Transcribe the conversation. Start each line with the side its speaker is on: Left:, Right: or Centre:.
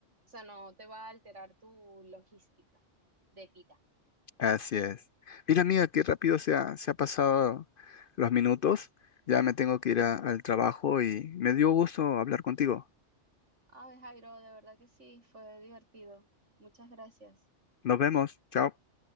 Right: sea, no te va a alterar tu logística de vida.
Left: <laughs> Así es. Mira, amiga, qué rápido se ha, se ha pasado los minutos. Ya me tengo que ir a- al trabajo y me dio gusto hablar contigo.
Right: Ay, Jairo, de verdad que sí, fue divertido. Muchas gracias.
Left: Nos vemos. Chao.